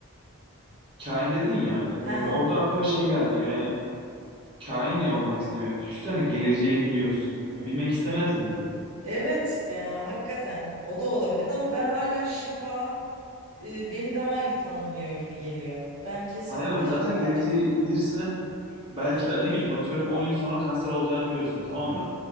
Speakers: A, on the right; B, on the right.
A: Kain dedin ya. e,
B: ha ha
A: orada aklıma şey geldi. Yani kain niye olmak istemedik? Düşünsene geleceği biliyorsun. Ya, bilmek istemez miydin?
B: evet ya hakikaten o da olabilirdi ama ben hala şifa e, beni daha iyi tanımlıyor gibi geliyor. Ben kesinlikle
A: Hayır ama zaten
B: şifacı.
A: geleceği bilirsen belki de ne bileyim atıyorum 10 yıl sonra kanser olacağını biliyorsun tamam mı?